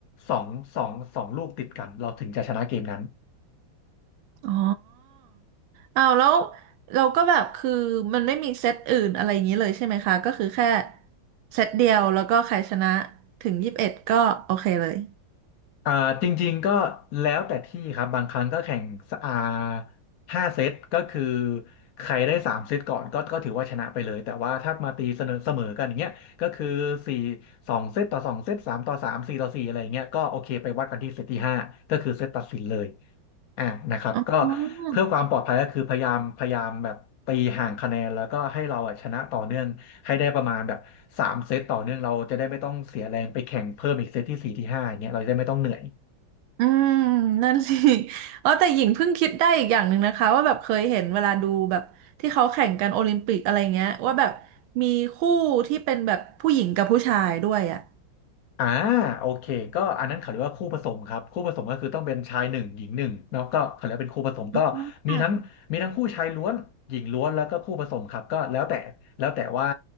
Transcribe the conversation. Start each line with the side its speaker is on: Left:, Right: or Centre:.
Left: สองสองสองลูกติดกันเราถึงจะชนะเกมนั้น
Right: อ๋ออ้าวแล้วเราก็แบบคือมันไม่มีเซตอื่นอะไรอย่างนี้เลยใช่ไหมคะก็คือแค่เซตเดียวแล้วก็ใครชนะถึงยี่สิบเอ็ดก็โอเคเลย
Left: อ่าจริงๆก็แล้วแต่ที่ครับบางครั้งก็แข่งสอ่าห้าเซตก็คือใครได้สามเซตก่อนก็ก็ถือว่าชนะไปเลยแต่ว่าถ้ามาตีเสมอเสมอกันอย่างเงี้ยก็คือสี่สองเซตต่อสองเซตสามต่อสามสี่ต่อสี่อะไรอย่างเงี้ยก็โอเคไปวัดกันที่เซตที่ห้าก็คือเซตตัดสินเลยอ่านะครับก็
Right: อ๋อ
Left: เพื่อความปลอดภัยก็คือพยายามพยายามแบบตีห่างคะแนนแล้วก็ให้เราอะชนะต่อเนื่องให้ได้ประมาณแบบสามเซตต่อเนื่องเราจะได้ไม่ต้องเสียแรงไปแข่งเพิ่มอีกเซตที่สี่ที่ห้าอย่างเงี้ยเราจะได้ไม่ต้องเหนื่อย
Right: อืมนั่นสิ <laughs> อ๋อแต่หญิงเพิ่งคิดได้อีกอย่างหนึ่งนะคะว่าแบบเคยเห็นเวลาดูแบบที่เขาแข่งกันโอลิมปิกอะไรเงี้ยว่าแบบมีคู่ที่เป็นแบบผู้หญิงกับผู้ชายด้วยอ่ะ
Left: อ่าโอเคก็อันนั้นเขาเรียกว่าคู่ผสมครับคู่ผสมก็คือต้องเป็นชายหนึ่งหญิงหนึ่งเนาะก็เขาเรียกว่าเป็นคู่ผสมก็มีทั้งมีทั้งคู่ชายล้วนหญิงล้วนแล้วก็คู่ผสมครับก็แล้วแต่แล้วแต่ว่า
Right: อ๋อ